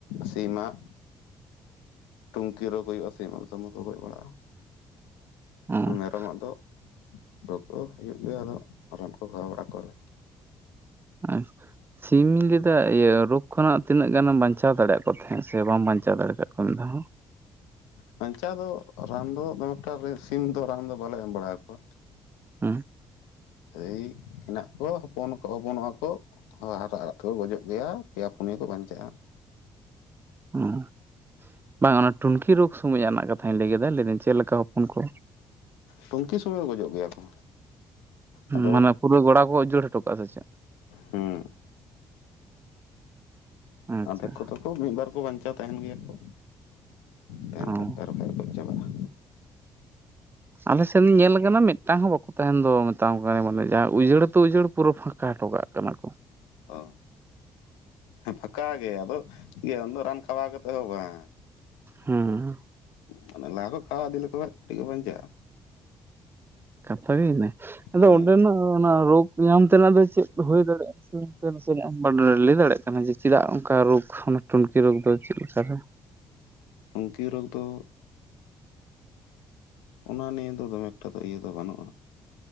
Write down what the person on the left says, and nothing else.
ᱥᱤᱢᱟᱜ, ᱴᱩᱝᱠᱤ ᱨᱳᱜᱽ ᱦᱩᱭᱩᱜ-ᱟ ᱥᱤᱢᱟᱜ ᱫᱚᱢᱮ ᱠᱚ ᱜᱚᱡ ᱵᱟᱲᱟᱜ-ᱟ
ᱢᱮᱨᱚᱢᱟᱜ ᱫᱚ ᱨᱳᱜᱽ ᱠᱚ ᱦᱩᱭᱩᱜ ᱜᱮᱭᱟ ᱟᱫᱚ ᱨᱟᱱ ᱠᱚ ᱠᱷᱦᱟᱣ ᱵᱟᱲᱟ ᱠᱚᱣᱟᱞᱮ᱾
ᱵᱟᱧᱪᱟᱣ ᱫᱚ ᱨᱟᱱ ᱫᱚ ᱫᱚᱢᱮᱠᱴᱟ ᱥᱤᱢ ᱫᱚ ᱨᱟᱱ ᱫᱚ ᱵᱟᱞᱮ ᱮᱢ ᱵᱟᱲᱟᱣᱟᱠᱚᱣᱟ᱾
ᱮᱭ ᱦᱮᱱᱟᱜ ᱠᱚᱣᱟ ᱦᱚᱯᱚᱱ ᱦᱚᱯᱚᱱᱚᱜ-ᱟ ᱠᱚ ᱦᱚᱭ ᱦᱟᱨᱟᱜ ᱦᱟᱨᱟᱜ ᱛᱮᱠᱚ ᱜᱚᱡᱚᱜ ᱜᱮᱭᱟ ᱯᱮᱭᱟ ᱯᱩᱱᱭᱟᱹ ᱠᱚ ᱵᱟᱧᱪᱟᱜ-ᱟ᱾
ᱴᱩᱝᱠᱤ ᱥᱩᱢᱚᱭ ᱜᱚᱡᱚᱜ ᱜᱮᱭᱟ ᱠᱚ ᱟᱫᱚ
ᱦᱮᱸ
ᱟᱫᱷᱮᱠ ᱠᱚᱫᱚ ᱠᱚ ᱢᱤᱫ ᱵᱟᱨ ᱠᱚ ᱵᱟᱧᱪᱟᱣ ᱛᱟᱦᱮᱱ ᱜᱮᱭᱟ ᱠᱚ ᱛᱟᱦᱮᱱ
ᱠᱷᱟᱡ ᱫᱚ ᱵᱟᱠᱷᱟᱡ ᱜᱚᱡ ᱪᱟᱵᱟᱜ-ᱟ᱾
ᱚ ᱦᱮᱸ ᱯᱷᱟᱸᱠᱟ ᱜᱮ ᱟᱫᱚ ᱤᱭᱟᱹ ᱩᱱᱫᱚ ᱨᱟᱱ ᱠᱷᱟᱣᱟᱣ ᱠᱟᱛᱮ ᱦᱚᱸ ᱵᱟᱝ
ᱢᱟᱱᱮ ᱞᱟᱦᱟ ᱠᱷᱚᱡ ᱠᱷᱟᱣᱟᱣ ᱤᱫᱤ ᱞᱮᱠᱚ ᱠᱷᱟᱡ ᱠᱟᱴᱤᱡ ᱠᱚ ᱵᱟᱧᱪᱟᱜ-ᱟ
ᱦᱮᱸ
ᱴᱩᱝᱠᱤ ᱨᱳᱜᱽ ᱫᱚ ᱚᱱᱟ ᱱᱤᱭᱮ ᱫᱚ ᱫᱚᱢᱮ ᱮᱠᱴᱟ ᱫᱚ ᱤᱭᱟᱹ ᱫᱚ ᱵᱟᱹᱱᱩᱜ-ᱟ